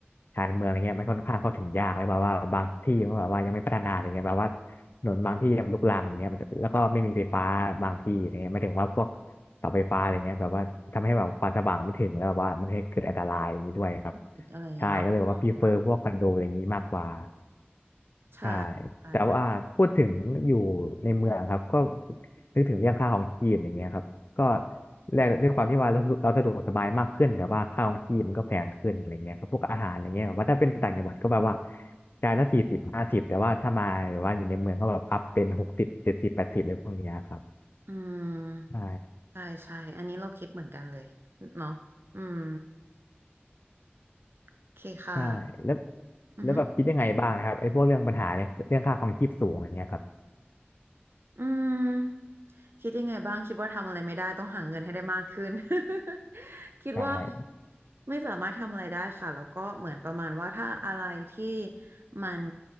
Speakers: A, on the left; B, on the right.
A: ชานเมืองอะไรเงี้ยมันค่อนข้างเข้าถึงยากเลยแบบว่าบางที่มันแบบว่ายังไม่พัฒนาอะไรเงี้ยแบบว่าถนนบางที่ยังลุกรังอะไรเงี้ยแล้วก็ไม่มีไฟฟ้าบางที่อะไรเงี้ยหมายถึงว่าพวก เสาไฟฟ้าอะไรเงี้ยแบบว่าทำให้แบบความสว่างไม่ถึงแล้วแบบว่ามันให้เกิดอันตรายอย่างนี้ด้วยครับ
B: คิดอะไรอย่างเงี้ยเนาะ
A: ใช่ก็เลยบอกว่าพรีเฟอร์พวกคอนโดอะไรอย่างนี้มากกว่า
B: แบบใช่
A: ใช่
B: ใช่ค่ะ
A: แต่ว่าพูดถึงอยู่ในเมืองครับก็นึกถึงเรื่องค่าของชีพอย่างเงี้ยครับก็แลกด้วยความที่ว่าเราเราสะดวกสบายมากขึ้นแต่ว่าค่าของชีพมันก็แพงขึ้นอะไรเงี้ยครับพวกอาหารอะไรเงี้ยแบบว่าถ้าเป็นต่างจังหวัดก็แบบว่าจานละสี่สิบห้าสิบแต่ว่าถ้ามาหรือว่าอยู่ในเมืองก็แบบอัพเป็นหกสิบเจ็ดสิบแปดสิบเลยพวกเนี้ยครับ
B: อืม
A: ใช่
B: ใช่ ใช่ อันนี้เราคิดเหมือนกันเลย เนาะอืม โอเคค่ะ
A: ใช่แล้ว
B: อือฮึ
A: แล้วแบบคิดยังไงบ้างนะครับไอ้พวกเรื่องปัญหาเนี่ยเรื่องค่าครองชีพสูงอย่างเงี้ยครับ
B: อืมคิดยังไงบ้างคิดว่าทำอะไรไม่ได้ต้องหาเงินให้ได้มากขึ้น <laughs> คิดว่า
A: ใช่
B: ไม่สามารถทำอะไรได้ค่ะแล้วก็เหมือนประมาณว่าถ้าอะไรที่มัน